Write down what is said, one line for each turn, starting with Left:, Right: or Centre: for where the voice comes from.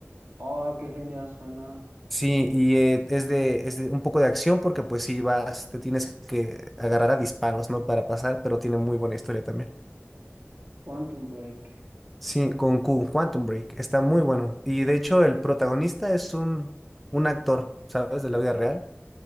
Right: Oh, qué genial suena.
Centre: Sí, y eh, es de, es de un poco de acción porque pues si vas, te tienes que agarrar a disparos, ¿no? Para pasar, pero tiene muy buena historia también.
Right: Quantum Break.
Centre: Sí, con Q, Quantum Break, está muy bueno. Y de hecho el protagonista es un, un actor, ¿sabes? De la vida real.